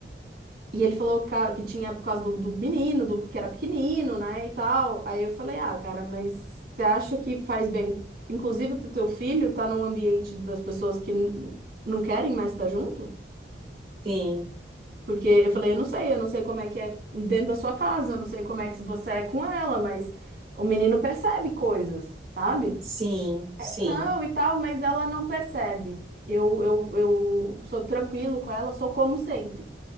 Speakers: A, on the right; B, on the right.
A: E ele falou ca- que tinha por causa do, do menino, do, que era pequenino, né, e tal. Aí eu falei, ah, cara, mas você acha que faz bem, inclusive pro teu filho, estar num ambiente das pessoas que n- não querem mais estar junto?
B: Sim,
A: Porque eu falei, eu não sei, eu não sei como é que é dentro da sua casa, eu não sei como é que você é com ela, mas o menino percebe coisas, sabe?
B: sim, sim,
A: Ele não e tal, mas ela não percebe. Eu, eu, eu sou tranquilo com ela, sou como sempre.